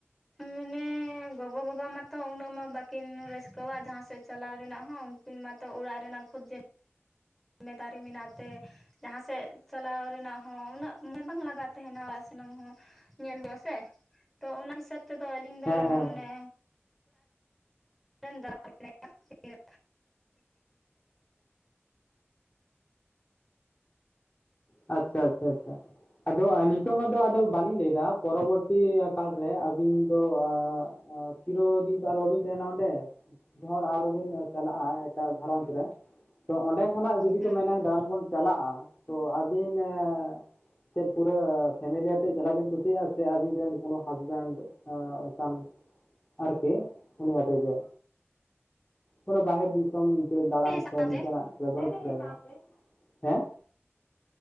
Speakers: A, in the centre; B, on the left (about 30°).
A: ᱢᱟᱱᱮ ᱜᱚᱜᱚ, ᱵᱟᱵᱟ ᱢᱟᱛᱚ ᱩᱱᱟᱹᱜ ᱢᱟ ᱵᱟᱠᱤᱱ ᱨᱟᱹᱥᱠᱟᱹᱣᱟ ᱡᱟᱦᱟᱸ ᱥᱮᱫ ᱪᱟᱞᱟᱣ ᱨᱮᱱᱟᱜ ᱦᱚᱸ ᱩᱱᱠᱤᱱ ᱢᱟᱛᱚ ᱚᱲᱟᱜ ᱨᱮᱱᱟᱜ ᱠᱷᱩᱫᱽ ᱡᱤ ᱢᱮᱫᱟᱨᱤ ᱢᱮᱱᱟᱜ ᱛᱮ ᱡᱟᱦᱟᱸ ᱥᱮᱫ ᱪᱟᱞᱟᱣ ᱨᱮᱱᱟᱜ ᱦᱚᱸ ᱩᱱᱟᱹᱜ ᱢᱚᱱᱮ ᱵᱟᱝ ᱞᱟᱜᱟᱜ ᱛᱟᱦᱮᱸᱱᱟ ᱚᱲᱟᱜ ᱥᱮᱱᱟᱜ ᱦᱚᱸ ᱧᱮᱞ ᱦᱳᱭᱳᱜ-ᱟ ᱥᱮ, ᱛᱚ ᱚᱱᱟ ᱦᱤᱥᱟᱹᱵ ᱛᱮᱫᱚ ᱟᱞᱤᱧ ᱫᱚ
B: ᱦᱮᱸ ᱦᱮᱸ
A: ᱢᱟᱱᱮ ᱥᱮᱱ <unintelligible>
B: ᱟᱪᱪᱷᱟ ᱟᱪᱪᱷᱟ ᱟᱪᱪᱷᱟ, ᱟᱫᱚ ᱱᱤᱛᱚᱝ ᱢᱟᱛᱚ ᱟᱫᱚ ᱵᱟᱞᱤᱧ ᱞᱟᱹᱭ ᱫᱟ ᱯᱚᱨᱚᱵᱚᱨᱛᱤ ᱠᱟᱞ ᱨᱮ ᱟᱹᱵᱤᱱ ᱫᱚ ᱟᱸᱻ ᱪᱤᱨᱚᱫᱤᱱ ᱛᱚ ᱟᱨ ᱵᱟᱵᱤᱱ ᱛᱟᱦᱮᱸᱱᱟ ᱚᱸᱰᱮ, ᱫᱷᱚᱨ ᱟᱨᱚ ᱵᱤᱱ ᱪᱟᱞᱟᱜᱼᱟ ᱮᱴᱟᱜ ᱜᱷᱟᱨᱚᱸᱡᱽ ᱨᱮ, ᱛᱚ ᱚᱸᱰᱮ ᱠᱷᱚᱱᱟᱜ ᱡᱩᱫᱤ
A: ᱦᱩᱸ
B: ᱠᱚ ᱢᱮᱱᱟ ᱫᱟᱬᱟᱱ ᱵᱚᱱ ᱪᱟᱞᱟᱜᱼᱟ ᱛᱚ ᱟᱹᱵᱤᱱ ᱮᱸᱻ ᱪᱮᱫ ᱯᱩᱨᱟᱹ ᱯᱷᱮᱢᱮᱞᱤ ᱟᱛᱮ ᱪᱟᱞᱟᱣ ᱵᱤᱱ ᱠᱩᱥᱤᱭᱟᱜᱼᱟ, ᱥᱮ ᱟᱵᱤᱱ ᱨᱮᱱ ᱠᱳᱱᱳ ᱦᱟᱥᱵᱮᱱᱰ ᱮᱸ ᱚᱱᱠᱟᱱ ᱟᱨᱠᱤ ᱩᱱᱤ ᱟᱛᱮᱜ ᱜᱮ᱾ ᱠᱳᱱᱳ ᱵᱟᱦᱮᱨ ᱫᱤᱥᱚᱢ ᱛᱮ ᱫᱟᱬᱟᱱ
A: ᱥᱟᱶᱛᱮ
B: ᱥᱮᱱ ᱱᱤᱱᱠᱟᱱᱟᱜ, <inaudible> <unintelligible> ᱦᱮᱸ?